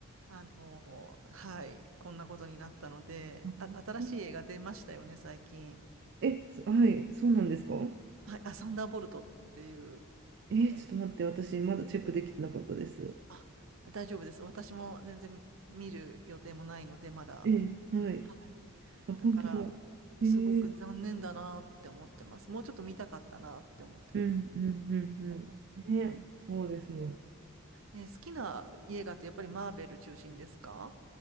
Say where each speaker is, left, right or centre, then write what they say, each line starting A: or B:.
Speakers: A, on the right; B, on the right.
A: あの、はい、こんなことになったので、
B: あそう、
A: あ、新しい映画出ましたよね、最近。
B: え、そはい、そうなんですか
A: はい、あ、サンダーボルトっていう。
B: えーちょっと待って、私、まだチェックできてなかったです。
A: あ、大丈夫です。私も全然見る予定もないので、まだ。
B: ええ、はい。
A: はい。
B: あ、本当だ。
A: だから、
B: ええ、
A: すごく残念だなって思ってます。
B: うん、
A: もうちょっと見たかったなって思ってます。
B: うん、うん、うん。
A: うん
B: ええ、そうですね。
A: えー好きな映画ってやっぱりマーベル中心ですか